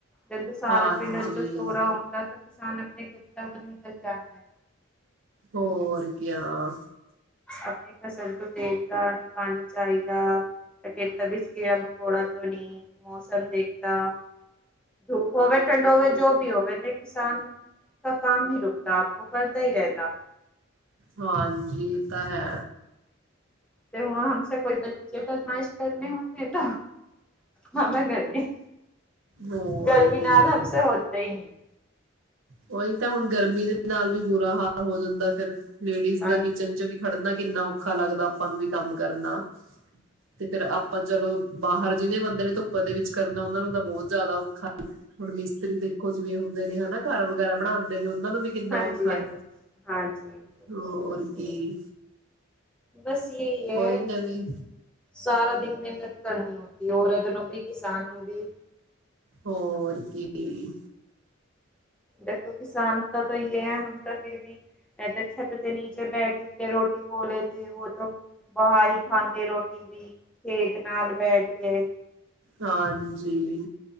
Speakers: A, in the centre; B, on the right.
A: ਜਦੋਂ ਸਾਰਾ
B: ਹਾਂਜੀ
A: ਪਿੰਡ ਅਜੋਂ ਸੋ ਰਾ ਹੁੰਦਾ ਤਾਂ ਕਿਸਾਨ ਆਪਣੇ ਖੇਤਾਂ ਵੱਲ ਨਿਕਲ ਜਾਂਦਾ।
B: ਹੋਰ ਕਿਆ?
A: ਆਪਣੀ ਫਸਲ ਤੋਂ ਦੇਖਦਾ ਨੀ ਪਾਨੀ ਚਾਹੀਦਾ। ਏ ਖੇਤਾਂ ਵਿੱਚ ਕੀੜਾ, ਮਕੌੜਾ ਤੋਂ ਨੀ ਮੌਸਮ ਦੇਖਤਾ ਧੂਪ ਹੋਵੇ ਠੰਡ ਹੋਵੇ ਜੋ ਵੀ ਹੋਵੇ ਦੇ ਕਿਸਾਨ ਕਾ ਕਾਮ ਹੀ ਰੁਕਤਾ ਵੋ ਕਰਤਾ ਈ ਰਹਿਤਾ
B: ਹਾਂਜੀ ਇਹ ਤਾਂ ਹੈ
A: ਤੇ ਹੁਣ ਹਮਸੇ ਕੋਈ ਬੱਚੇ ਫਰਮਾਇਸ਼ ਕਰਨੇ ਹੁੰਦੇ ਤਾਂ ਹਾ ਮੇ ਗਰਮੀ,
B: ਹੋਰ
A: ਗਰਮੀ
B: ਕੀ
A: ਨਾਲ ਹਮਸੇ ਹੋਤੇ ਈ ਨਹੀਂ
B: ਉਹੀ ਤਾਂ ਹੁਣ ਗਰਮੀ ਦੇ ਨਾਲ ਵੀ ਬੁਰਾ ਹਾਲ ਹੋ ਜਾਂਦਾ ਫਿਰ ਲੇਡੀਸ
A: ਇਸ
B: ਦਾ ਕਿਚਨ ਚ ਵੀ ਖੜਨਾ ਕਿੰਨਾ ਔਖਾ ਲੱਗਦਾ ਆਪਾਂ ਨੂੰ ਵੀ ਕੰਮ ਕਰਨਾ ਤੇ ਫੇਰ ਆਪਾਂ ਚਲੋ ਬਾਹਰ, ਜਿਹਨੇ ਬੰਦੇ ਨੇ ਧੁੱਪਾ ਦੇ ਵਿੱਚ ਕਰਨਾ, ਉਹਨਾ ਨੂੰ ਤਾਂ ਬਹੁਤ ਜ਼ਿਆਦਾ ਔਖਾ ਹੁਣ ਮਿਸਤਰੀ ਦੇਖੋ ਜਿਵੇਂ ਹੁੰਦੇ ਨੇ, ਹਨਾ ਘਰ ਵਗੈਰਾ ਬਣਾਦੇ ਨੇ ਉਹਨਾਂ ਨੂੰ ਵੀ ਕਿੰਨਾ
A: ਹਾਂਜੀ
B: ਔਖਾ
A: ਆਜੀ,
B: ਹੈ
A: ਹਾਂਜੀ
B: ਹੋਰ
A: ਸਹੀ ਦਿਸਦੇ
B: ਕੀ
A: ਹੋ। ਬਸ ਇਹੀ
B: ਉਹੀ
A: ਐ।
B: ਐਵੇਂ
A: ਸਾਰਾ ਦਿਨ ਮਿਹਨਤ ਕਰਨੀ, ਹੋਦੀ ਔਰਤ ਨੂੰ ਵੀ, ਕਿਸਾਨ ਨੂੰ ਵੀ।
B: ਹੋਰ ਕੀ। ਹੀਅ।
A: ਦੇਖੋ ਕਿਸਾਨ ਤਾਂ ਸਹੀ ਐ, ਹਮ ਤਾਂ ਫਿਰ ਬੀ ਮੇ ਤੇ ਛੱਤ ਦੇ ਨੀਚੇ ਬੈਠ ਕੇ, ਰੋਟੀ ਪੋ ਲੇਦੀ ਉਹ ਤੋ ਬਾਹਰ ਹੀ ਖਾਂਦੇ ਰੋਟੀ ਵੀ, ਖੇਤ ਨਾਲ ਬੈਠ ਕੇ
B: ਹਾਂਜੀ ਈ।